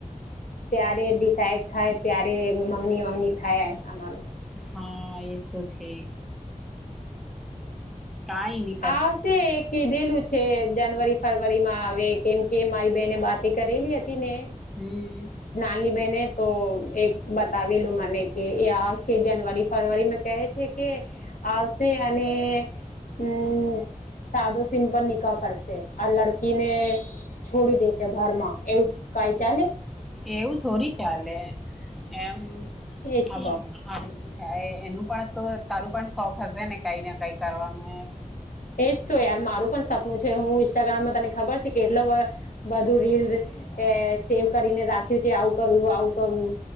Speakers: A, on the left; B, in the centre.
A: ત્યારે ડિસાઈડ થાય ત્યારે મગની વાગની થાય અમારું
B: હા એ તો છે <unintelligible> કાંઈની
A: આવશે કીધેલું છે કે જનવરી ફરવરી માં આવે કેમ કે મારી બેહેને બાતે કરેલી હતી ને
B: હમ
A: નાનલી બહેને તો એક બતાવી લું મને કે આ સિઝન જનવરી ફરવરી મે કહે છે એકે આવશે અને હમ સાદો સિમ્પલ નિકા કરશે આ લડકીને છોડી દેશે ઘરમાં એવું કઈ ચાલે?
B: એવું થોડી ચાલે એમ
A: એજ
B: હા
A: તો
B: એનું પણ તો તારું પણ શોખ હશે ને કઈ ને કઈ કરવાનું એ
A: એજ તો યાર મારું પણ સપનું છે હું ઇન્સ્ટાગ્રામમાં તને ખબર છે કેટલો બધું રીલ સેવ કરીને રાખ્યું છે આવું કરું આવું કરવું